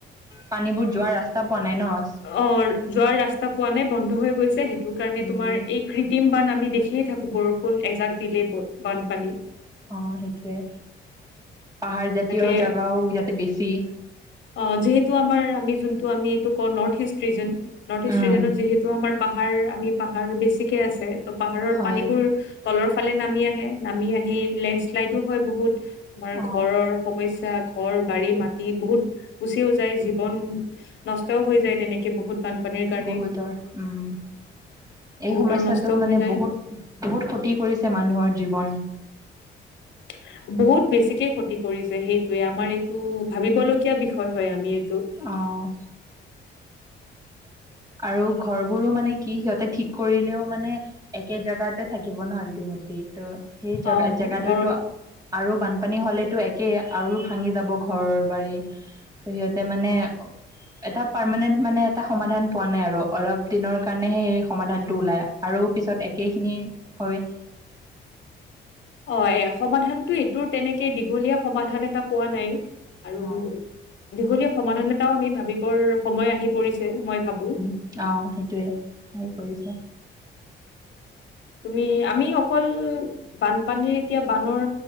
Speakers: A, on the right; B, on the left.
A: পানীবোৰ যোৱাৰ ৰাস্তা পোৱা নাই ন'।
B: অঁ' যোৱাৰ ৰাস্তা পোৱা নাই বন্ধ হৈ গৈছে সেইটোৰ কাৰণে
A: উম
B: তোমাৰ এই কৃত্ৰিম বান আমি দেখিয়ে থাকো বৰষুণ এজাক দিলেই বানপানী।
A: অঁ' সেইটোৱে, পাহাৰ জাতীয়
B: তাকে
A: জেগাও ইয়াতে বেছি।
B: অঁ' যিহেতু আমাৰ আমি যোনটো আমি এইটো কও north east region. North east
A: um
B: ৰিজনত যিহেতু আমাৰ পাহাৰ আমি পাহাৰ বেছিকে আছে- ত' পাহাৰৰ
A: হয়
B: পানীবোৰ তলৰ ফালে নামি আহে, নামি আহি লেণ্ডশ্লাইডো হয় বহুত- আমাৰ
A: অ
B: ঘৰৰ সমস্যা ঘৰ বাৰী মাটি বহুত গুচিও যায়, জীৱন নষ্টও হৈ যায় তেনেকে বহুত। বানপানীৰ কাৰণে
A: বহুতৰ উমঁ' এই
B: বহুতৰ
A: সমস্যাটো
B: নষ্ট হৈ
A: মানে
B: যায়
A: বহুত বহুত ক্ষতি কৰিছে মানুহৰ জীৱন।
B: <unintelligible> বহুত বেছিকে ক্ষতি কৰিছে সেইটোৱে। আমাৰ এইটো ভাবিবলগীয়া বিষয় হয়, আমি এইটো।
A: অহ। আৰু ঘৰবোৰো মানে কি, সিহঁতে ঠিক কৰিলেও মানে- একে জগাতে থাকিব ন' আল্টিমেটলি। ত' সেই জ-জেগাতোতটো-
B: অ ঘৰৰ
A: আৰু বানপানী হ'লেতো একে, আৰু ভাঙি যাব ঘৰ-বাৰী। ত' সিহঁতে মানে, এটা পাৰমানেণ্ট মানে এটা সমাধান- পোৱা নাই আৰু। অলপ দিনৰ কাৰণেহে এই সমাধানটো ওলাই। আৰু পিছত একেখিনি হয়।
B: হয়, সমাধানটো এইটোৰ তেনেকে দীঘলীয়া সমাধান এটা পোৱা নাই।
A: অ'
B: আৰু- দীঘলীয়া সমাধান এটাও আমি ভাবিবৰ সময় আহি পৰিছে, মই ভাবোঁ।
A: অহ, সেইটোৱে। আহি পৰিছে।
B: তুমি, আমি অকল- বানপানী এতিয়া বানৰ